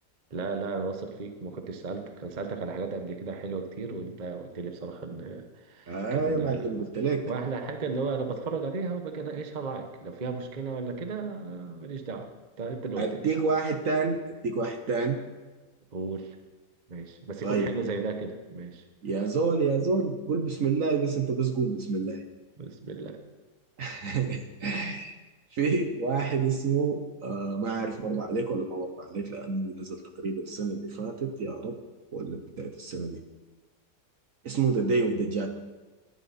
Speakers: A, on the right (about 30°); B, on the right (about 55°).
A: لا لا انا واثق فيك ما كنتش سألتك انا سألتك على حاجات قبل كده حلوة كتير وانت قلت لي بصراحة ان
B: اه
A: كان
B: يا معلم قلت لك
A: واحلى حاجة اللي هو انا بتفرج عليها وبجي اناقشها معاك لو فيها مشكلة ولا كده آه، ماليش دعوة انت انت اللي قلت
B: اديك
A: لي
B: واحد تاني اديك واحد تاني
A: قول ماشي بس
B: طيب
A: يكون حلو زي ده كده ماشي
B: يا زول يا زول قول بسم الله بس انت بس قول بسم الله
A: بسم الله
B: <laughs> في واحد اسمه آه ما عارف مر عليك ولا ما مر عليك لانه نزل تقريبا السنه اللي فاتت يا رب ولا بدايه السنه دي اسمه ذا داي اوف ذا